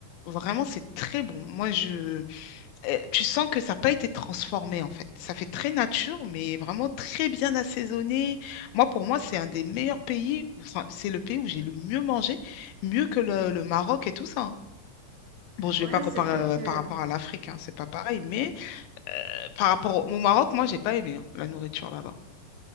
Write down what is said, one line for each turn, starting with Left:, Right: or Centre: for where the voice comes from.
Left: vraiment c'est très bon. Moi, je, euh, tu sens que ça n'a pas été transformé, en fait. Ça fait très nature, mais vraiment très bien assaisonné. Moi, pour moi, c'est un des meilleurs pays, enfin, c'est le pays où j'ai le mieux mangé, mieux que le, le Maroc et tout ça. hein. Bon, je ne
Right: ouais,
Left: vais pas comparer
Right: c'est vrai que
Left: euh, par rapport à l'Afrique, hein, c'est pas pareil, mais euh, par rapport au, au Maroc, moi, j'ai pas aimé hein, la nourriture là-bas.